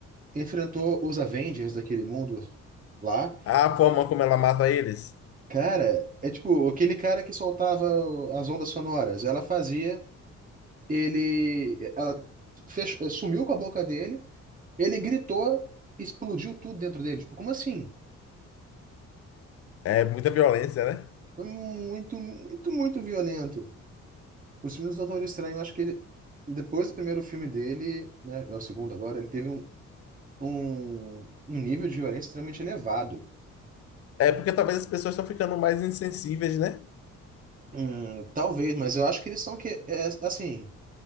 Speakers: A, on the right; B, on the left.
A: enfrentou os Avengers daquele mundo lá.
B: A forma como ela mata eles
A: Cara, é tipo aquele cara que soltava as ondas sonoras. Ela fazia, ele, ela fech- eh, sumiu com a boca dele, ele gritou, explodiu tudo dentro dele. Tipo, como assim?
B: é muita violência, né?
A: Foi muito, muito, muito violento. Os filmes do Doutor Estranho, eu acho que ele, depois do primeiro filme dele, né, é o segundo agora, ele teve um, um, um nível de violência extremamente elevado.
B: É porque talvez as pessoas estão ficando mais insensíveis, né?
A: Hum, talvez, mas eu acho que eles estão que é, assim,